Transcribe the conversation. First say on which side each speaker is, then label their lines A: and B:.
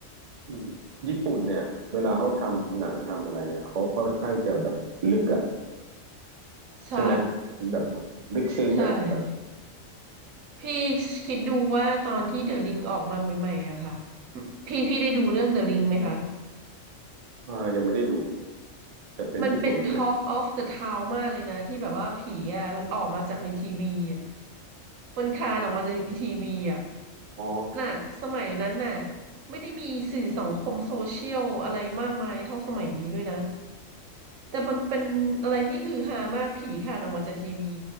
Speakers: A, on the right; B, on the right.
A: อืมญี่ปุ่นเนี่ยเวลาเขาทำหนังทำอะไรอะเขาค่อนข้างจะแบบลึกอ่ะ
B: ใช่
A: ใช่ไหมมันแบบมันลึกซึ้งอ่ะแบบ
B: ใช่พี่คิดดูว่าตอนที่เดอะลิงออกมาใหม่ๆอะค่ะพี่พี่ได้ดูเรื่องเดอะลิงไหมคะ
A: อ่ายังไม่ได้ดูแต่เป็นญี่ปุ่นใช่ไหม
B: มันเป็น Talk of the Town มากเลยนะที่แบบว่าผีอะมันออกมาจากในทีวีอะมันคลานออกมาจากในทีวีอะ
A: อ๋อ
B: ขนาดสมัยนั้นน่ะไม่ได้มีสื่อสังคมโซเชียลอะไรมากมายเท่าสมัยนี้ด้วยนะ แต่มันเป็นอะไรที่ฮือฮามากผีคลานออกมาจากทีวี